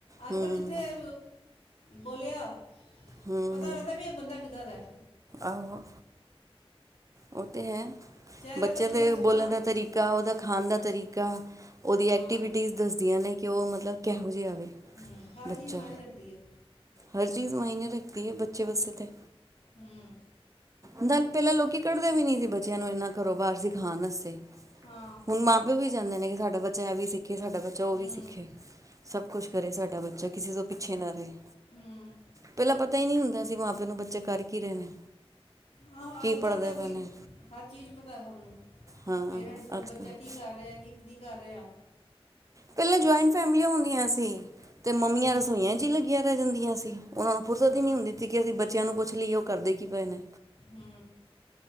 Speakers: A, on the left (about 85°); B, on the right (about 30°).
A: ਅੱਜ
B: ਹੂੰ
A: ਕੱਲ੍ਹ ਜ ਅਤੇ ਬੋਲਿਆ
B: ਹੂੰ
A: ਪਤਾ ਲੱਗਦਾ ਵੀ ਇਹ ਬੰਦਾ ਕਿੱਦਾਂ ਦਾ
B: ਆਹੋ ਉਹ ਤੇ ਹੈ
A: ਚਿਹਰਾ
B: ਬੱਚਿਆਂ
A: ਤਾਂ ਬੰਦਾ
B: ਦੇ
A: ਸੋਹਣਾ
B: ਬੋਲਣ ਦਾ ਤਰੀਕਾ ਉਹਦਾ ਖਾਣ ਦਾ ਤਰੀਕਾ ਉਹਹਦੀ
A: ਹਾਂ
B: ਐਕਟੀਵਿਟੀਜ਼ ਦੱਸਦੀਆਂ ਨੇ ਕਿ ਉਹ ਮਤਲਬ ਕਿਹੋ ਜਿਹਾ ਆਵੇ
A: ਹਮ ਹਰ
B: ਬੱਚਾ
A: ਚੀਜ਼ ਮੈਂਨੇ ਰੱਖਦੀ ਆ
B: ਹਰ ਚੀਜ਼ ਮਾਇਨੇ ਰੱਖਦੀ ਹੈ ਬੱਚੇ ਬੱਸੇ ਤੇ
A: ਹਮ
B: ਨਾਲ ਪਹਿਲਾਂ ਲੋਕ ਕੱਢਦੇ ਵੀ ਨਹੀਂ ਸੀ ਬੱਚਿਆਂ ਨੂੰ ਇੰਨਾ ਕਾਰੋਬਾਰ ਸੀਖਾਣ ਵਾਸਤੇ
A: ਹਾਂ
B: ਹੁਣ ਮਾਂ ਪਿਓ ਵੀ ਚਾਹੁੰਦੇ ਨੇ ਕਿ ਸਾਡੇ ਬੱਚਾ ਜੈ ਵੀ ਸੀ ਕਿ ਸਾਡਾ ਬੱਚਾ ਉਹ
A: ਹੂੰ
B: ਵੀ ਸਿੱਖੇ। ਸਭ ਕੁਛ ਕਰੇ ਸਾਡਾ ਬੱਚਾ, ਕਿਸੇ ਤੋਂ ਪਿੱਛੇ ਨਾ ਰਹੇ।
A: ਹੂੰ
B: ਪਹਿਲਾਂ ਪਤਾ ਈ ਨੀ ਹੁੰਦਾ ਸੀ ਮਾਂ ਪਿਓ ਨੂੰ -ਬੱਚੇ ਕਰ ਕੀ ਰੇਟ ਨੇ।
A: ਆਹੋ
B: ਕੀ
A: ਅੱਜ
B: ਪੜ੍ਹਦੇ
A: ਕੱਲ੍ਹ ਤਾਂ ਵੀ
B: ਪਏ ਨੇ
A: ਹਰ ਚੀਜ਼ ਪਤਾ ਸਭ ਨੂੰ,
B: ਹਾਂ
A: ਪੇਰੈਂਟਸ ਨੂੰ।
B: ਅੱਜ
A: ਬੱਚਾ
B: ਕੱਲ੍ਹ
A: ਕੀ ਕਰ ਰਿਆ ਕੀ ਨਹੀਂ ਕਰ ਰਿਆ।
B: ਪੇਲਾਂ ਜੁਆਇੰਟ ਫੈਮਲੀਆਂ ਹੁੰਦੀਆਂ ਸੀ। ਤੇ ਮੰਮੀਆਂ
A: ਹੂੰ
B: ਰਸੋਈਆਂ ਚ ਹੀ ਲੱਗੀਆਂ ਰਹਿ ਜਾਂਦੀਆਂ। ਸੀ ਉਹਨਾਂ ਨੂੰ ਫੁਰਸਤ
A: ਹਾਂ
B: ਹੀ ਨਹੀਂ ਹੁੰਦੀ ਤੀ ਕਿ ਅਸੀਂ ਬੱਚਿਆਂ ਨੂੰ- ਪੁਥ ਲੀਏ ਉਹ ਕਰਦੇ ਕੀ ਪਏ ਨੇ।
A: ਹੂੰ